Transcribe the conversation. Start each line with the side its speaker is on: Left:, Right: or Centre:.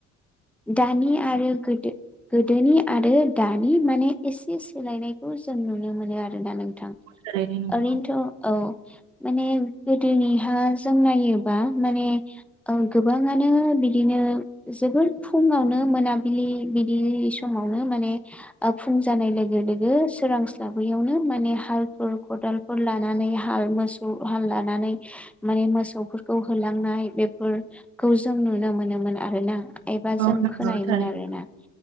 Centre: दानि आरो गोदो गोदोनि आरो दानि माने एसे सोलायनायखौ जों नुनो मोनो आरोना नों नोंथां
Right: थारैनो नंगौ
Centre: ओरैनोथ' औ माने गोदोनिहा जों नायोबा माने- औ गोबाङानो बिदिनो जोबोर फुङावनो मोनाबिलि बिलि समावनो माने ओ फुं जानाय लोगो लोगो सोरांस्लाबैयावनो माने हालफोर खदाल फोर लानानै हाल मोसौ हाल लानानै माने मोसौफोरखौ होलांनाय बेफोरखौ जों नुनो मोनोमोन आरो ना। एबा
Right: औ
Centre: जों
Right: नंगौ
Centre: खोनायोमोन
Right: थारैनो।
Centre: आरो ना।